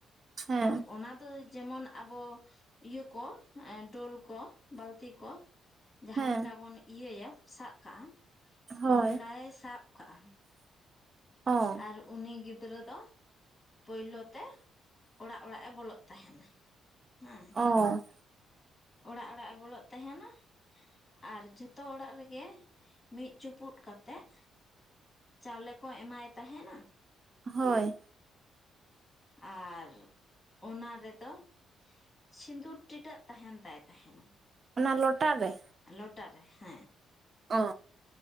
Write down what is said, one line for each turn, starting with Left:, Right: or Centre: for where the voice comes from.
Right: ᱦᱮᱸ
Left: ᱟᱨ ᱚᱱᱟ ᱫᱚ ᱡᱮᱢᱚᱱ ᱟᱵᱚ ᱤᱭᱟᱹ ᱠᱚ ᱰᱳᱞ ᱠᱚ, ᱵᱟᱞᱛᱤ ᱠᱚ ᱼᱼ ᱡᱟᱦᱟᱸ
Right: ᱦᱮᱸ
Left: ᱞᱮᱠᱟ ᱵᱚᱱ ᱤᱭᱟᱹᱭᱟ ᱥᱟᱵ ᱠᱟᱜᱼᱟ
Right: ᱦᱳᱭ
Left: ᱚᱱᱠᱟᱭ ᱥᱟᱵ ᱠᱟᱜᱼᱟ ᱾
Right: ᱚ ᱾
Left: ᱟᱨ ᱩᱱᱤ ᱜᱤᱫᱽᱨᱟᱹ ᱫᱚ ᱯᱳᱭᱞᱳ ᱛᱮ ᱚᱲᱟᱜ ᱚᱲᱟᱜ ᱮ ᱵᱚᱞᱚ ᱛᱟᱦᱮᱸᱱᱟ ᱦᱮᱸ᱾
Right: ᱚᱻ
Left: ᱚᱲᱟᱜ ᱚᱲᱟᱜ ᱮ ᱵᱚᱞᱚᱜ ᱛᱟᱦᱮᱸᱱᱟ᱾ ᱟᱨ ᱡᱷᱚᱛᱚ ᱚᱲᱟᱜ ᱨᱮ ᱜᱮ ᱢᱤᱫ ᱪᱩᱯᱩᱫ ᱠᱟᱛᱮᱫ ᱼᱼ ᱪᱟᱣᱞᱮ ᱠᱚ ᱮᱢᱟᱭ ᱛᱟᱦᱮᱱᱟ ᱾
Right: ᱦᱳᱭ ᱾
Left: ᱟᱨ ᱚᱱᱟ ᱨᱮ ᱫᱚ ᱼᱼ ᱥᱤᱸᱫᱩᱨ ᱴᱤᱰᱟᱹᱜ ᱛᱟᱦᱮᱱ ᱛᱟᱭ ᱛᱟᱦᱮᱱᱟ ᱾
Right: ᱚᱱᱟ ᱞᱚᱴᱟ ᱨᱮ?
Left: ᱞᱚᱴᱟ ᱨᱮ ᱦᱮᱸ ᱾
Right: ᱚ ᱾